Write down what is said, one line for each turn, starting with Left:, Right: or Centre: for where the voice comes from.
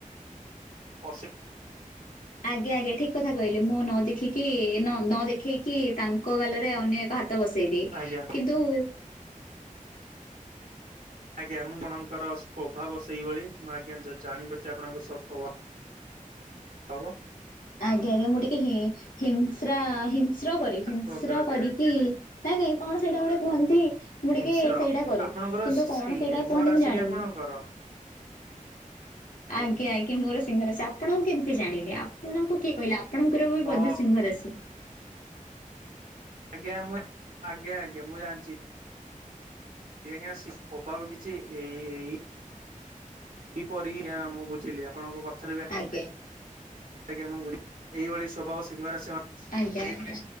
Right: ଅଶିକ
Left: ଆଜ୍ଞା ଆଜ୍ଞା ଠିକ କଥା କହିଲି ମୁଁ ନ ଦେଖିକି ନ ନ ଦେଖେଇକି ତାଙ୍କ ଗାଲରେ ଅନ୍ୟ ଭାତ ବସେଇବି,
Right: ଆଜ୍ଞା।
Left: କିନ୍ତୁ
Right: ଆଜ୍ଞା। ମୁଁ ଆଣଙ୍କର ସ୍ୱଭାବ ସେଇଭଳି। ମୁଁ ଆଜ୍ଞା ଜାଣିିପାରୁଛି ଆପଣଙ୍କର ସ୍ୱଭା <unintelligible>
Left: ଆଜ୍ଞା ଆଜ୍ଞା ମୁଁ ଟିକେ ହିଂ ହିଂସ୍ରା ହିସ୍ର କରେ ହିସ୍ର
Right: କୁହନ୍ତୁ ଆଜ୍ଞା
Left: କରିକି ନାଇଁ ନାଇଁ କଣ ସେଇଟା ଗୋଟେ କୁହନ୍ତି ମୁଁ ଟିକେ
Right: ମିଶ୍ର
Left: ସେଇଟା କରେ।
Right: ଆପଣଙ୍କର
Left: କିନ୍ତୁ କଣ
Right: ସିଂହ
Left: ସେଇଟା କୁହନ୍ତି
Right: ରାଶି
Left: ମୁଁ ଜାଣିନି।
Right: କି ଆପଣଙ୍କର
Left: ଆଜ୍ଞା ଆଜ୍ଞା ମୋର ସିଂହ ରାଶି। ଆପଣଙ୍କୁ କେମିତି ଜାଣିଲି। ଆପଣଙ୍କୁ କିଏ କହିଲା? ଆ ଆପଣଙ୍କର ବି
Right: ଓ
Left: ବୋଧେ ସିଂହ ରାଶି?
Right: ଆଜ୍ଞା ମୁଁ ଆଜ୍ଞା ଆଜ୍ଞା ମୁଁ ଜାଣିଚି। ସିଂହ ରାଶି ସ୍ୱଭାବ କିିଛି ଏଇ ଏଇ କିପରି ଆ ମୁଁ ବୁଝିଲି ଆପଣଙ୍କ କ <unintelligible> ଆଜ୍ଞା
Left: ଆଜ୍ଞା
Right: ମୁଁ ବୁ, ଏଇଭଳି ସ୍ୱଭାବ ସିଂହରାଶି ମା
Left: ଆଜ୍ଞା ଆଜ୍ଞା